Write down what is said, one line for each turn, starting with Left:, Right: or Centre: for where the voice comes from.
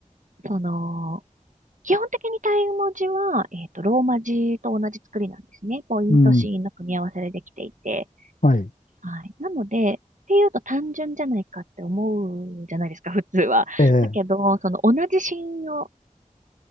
Right: その、基本的にタイ文字は、えっと、ローマ字と同じ作りなんですね。ポイントシーンの組み合わせでできていて。
Left: うん、はい。
Right: はい。なので、っていうと単純じゃないかって思うじゃないですか、普通は。
Left: ええ、
Right: だけど、その同じシーンを